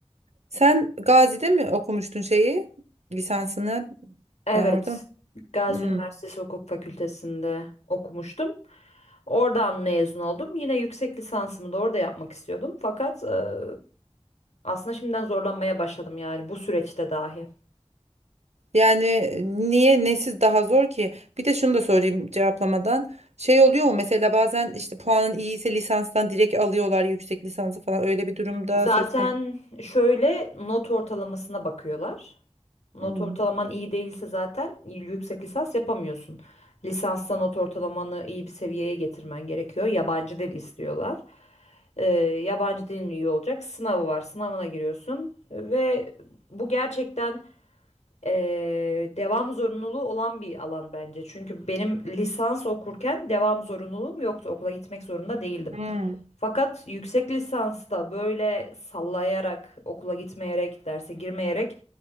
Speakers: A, on the right; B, on the left.
A: Sen Gazi'de mi okumuştun şeyi? Lisansını
B: Evet,
A: yani orada mı?
B: Gazi
A: Hmm.
B: Üniversitesi Hukuk Fakültesi'nde okumuştum. Oradan mezun oldum. Yine yüksek lisansımı da orada yapmak istiyordum. Fakat e, aslında şimdiden zorlanmaya başladım yani bu süreçte dahi.
A: Yani niye nesiz daha zor ki? Bir de şunu da sorayım cevaplamadan. Şey oluyor mu mesela bazen işte puanın iyi ise lisanstan direkt alıyorlar yüksek lisansı falan öyle bir durumda
B: Zaten
A: söz konusu.
B: şöyle not ortalamasına bakıyorlar. Not
A: Hmm.
B: ortalaman iyi değilse zaten yüksek lisans yapamıyorsun. Lisansta not ortalamanı iyi bir seviyeye getirmen gerekiyor. Yabancı dil istiyorlar. Ee, yabancı dilin iyi olacak. Sınavı var. Sınavına giriyorsun ve bu gerçekten ee, devam zorunluluğu olan bir alan bence. Çünkü benim lisans okurken devam zorunluluğum yoktu. Okula gitmek zorunda değildim.
A: Hmm.
B: Fakat yüksek lisansta böyle sallayarak, okula gitmeyerek, derse girmeyerek